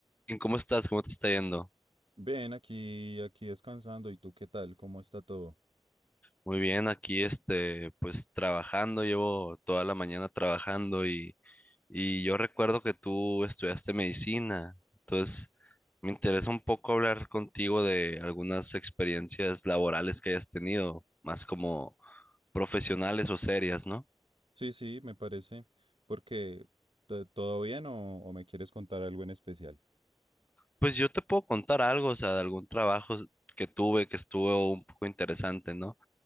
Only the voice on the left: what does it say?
Bien, ¿Cómo estás? ¿Cómo te está yendo?
Muy bien, aquí este, pues trabajando, llevo toda la mañana trabajando y, y yo recuerdo que tú estudiaste medicina, entonces me interesa un poco hablar contigo de algunas experiencias laborales que hayas tenido, más como profesionales o serias, ¿no?
Pues yo te puedo contar algo, o sea, de algún trabajo que tuve que estuvo un poco interesante, ¿no?